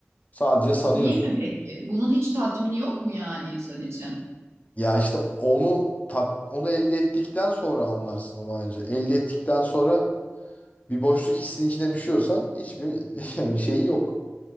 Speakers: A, on the left; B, on the right.
A: Sadece sanıyorsun.
B: Değil mi peki? Bunun hiç tatmini yok mu yani insan için?
A: Ya işte onu tat, onu elde ettikten sonra anlarsın onu anca. Elde ettikten sonra bir boşluk hissinin içine düşüyorsan hiçbir <laughs> şeyi yok.